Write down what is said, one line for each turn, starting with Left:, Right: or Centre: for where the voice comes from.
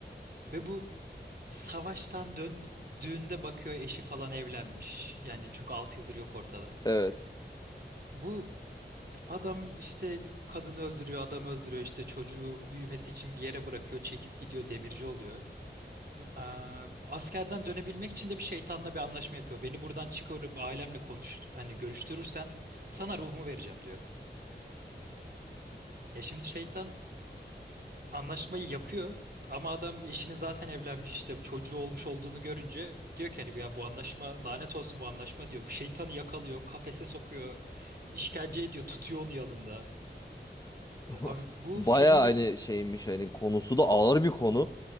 Right: Ve bu savaştan döndüğünde bakıyor eşi falan evlenmiş. Yani çünkü 6 yıldır yok ortada.
Left: evet.
Right: Bu adam işte kadını öldürüyor, adam öldürüyor işte çocuğu büyümesi için bir yere bırakıyor, çekip gidiyor, demirci oluyor. Ee, askerden dönebilmek için de bir şeytanla bir anlaşma yapıyor. Beni buradan çıkarıp ailemle konuş, hani görüştürürsen sana ruhumu vereceğim diyor. Ya şimdi şeytan anlaşmayı yapıyor ama adam eşini zaten evlenmiş işte çocuğu olmuş olduğunu görünce diyor ki hani ya bu anlaşma lanet olsun bu anlaşma diyor. Bu şeytanı yakalıyor, kafese sokuyor, işkence ediyor, tutuyor onu yanında.
Left: <laughs>
Right: Abi bu
Left: Baya
Right: filmin
Left: hani şeymiş hani konusu da ağır bir konu.